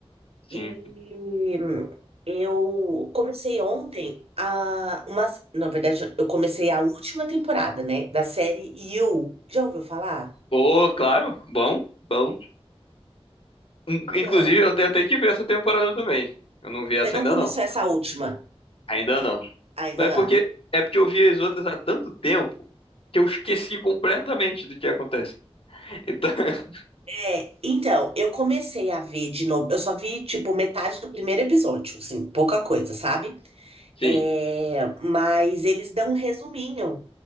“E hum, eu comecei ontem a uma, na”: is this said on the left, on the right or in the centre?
Right